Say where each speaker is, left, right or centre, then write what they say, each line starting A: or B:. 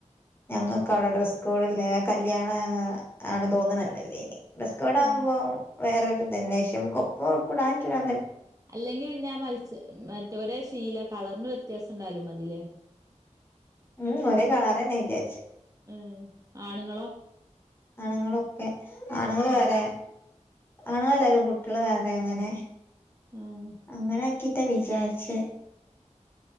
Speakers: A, on the left (about 20°); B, on the right (about 25°).
A: ഞങ്ങൾക്ക്
B: ഉം
A: അവിടെ ഡ്രസ്കോഡല്ല കല്യാണ ആണ് തോന്നണന്നല്ലേ ഇനി ഡ്രസ്കോഡ ആ്പ
B: ഉം
A: വേറൊരു ദന്േഷ്യം നമക്ക് ഒപ്പ കുൂടാനൻല്ല
B: അല്ലെങ്കിൽ പിന്നെ ആ മത്സ്യം മറ്റവരെ ശീല കളറിന് വ്യത്യാസം ഉണ്ടാലും മതിലേ
A: ഉം ഒരേ കളറെ നെയചച്ച
B: ഉം ആണുങ്ങളോ
A: ആണുങ്ങളൊക്കെ ആണുങ്ങൾ വേറെ
B: ഉം
A: ആണല്ലരും കുട്ടികള് വേറെ അങ്ങനെ
B: ഉം
A: അങ്ങനെ ആക്കി ത്ത വിചാച്ച